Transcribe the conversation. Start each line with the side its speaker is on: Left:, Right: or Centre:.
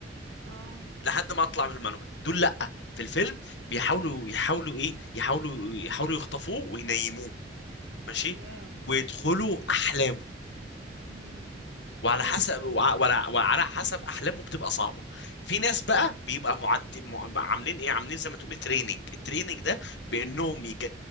Right: اه
Left: لحد ما اطلع من المعلومات دول لا في
Right: مم.
Left: الفيلم بيحاولوا يحاولوا ايه يحاولوا يحاولوا يخطفوه وينيموه ماشي
Right: ياه
Left: ويدخلوا احلامه
Right: امم
Left: وعلى
Right: كويس
Left: حسب
Right: ده
Left: وع- وعلى وعلى حسب احلامه بتبقى صعبه في ناس بقى بيبقى معد... مع- عاملين ايه عاملين زي ما تقولي تريننج التريننج ده بانهم يج...